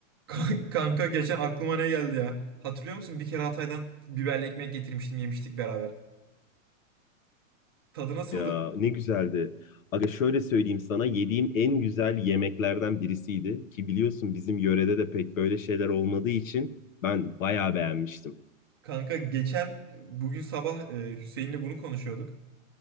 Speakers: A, on the right; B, on the left.
A: Kan- Kanka geçen aklıma ne geldi ya? Hatırlıyor musun? Bir kere Hatay'dan biberli ekmek getirmiştim, yemiştik beraber. Tadı nasıldı?
B: Ya ne güzeldi. Aga şöyle söyleyeyim sana yediğim en güzel yemeklerden birisiydi ki biliyorsun bizim yörede de pek böyle şeyler olmadığı için ben bayağı beğenmiştim.
A: Kanka geçen bugün sabah e, Hüseyin'le bunu konuşuyorduk.